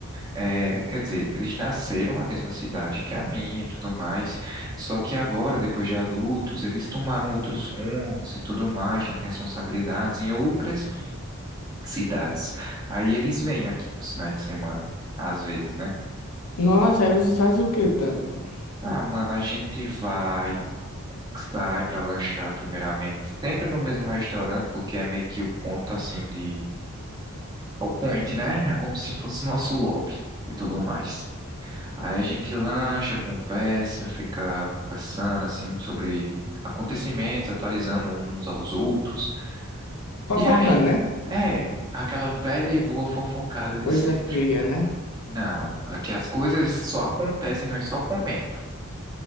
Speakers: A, on the right; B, on the left.
A: é, quer dizer, eles nasceram na mesma cidade que a minha e tudo mais, só que agora, depois de adultos, eles tomaram outros rumos e tudo mais, estão com responsabilidades em outras cidades. Aí eles vêm aqui nos finais de semana, às vezes, né?
B: Nossa, aí você faz o que tanto, mano?
A: Ah, mano, a gente vai. Sai pra lanchar primeiramente. Sempre no mesmo restaurante, porque é meio que o ponto assim de. É O point, né? É como se fosse nosso lobby e tudo mais. Aí a gente lancha, conversa, fica conversando assim sobre acontecimentos, atualizando uns aos outros.
B: Fofocando,
A: E aí,
B: né?
A: é aquela velha e boa fofocada
B: Coisa
A: de sempre.
B: feia, né?
A: Não, aqui as coisas só acontecem, nós só comenta,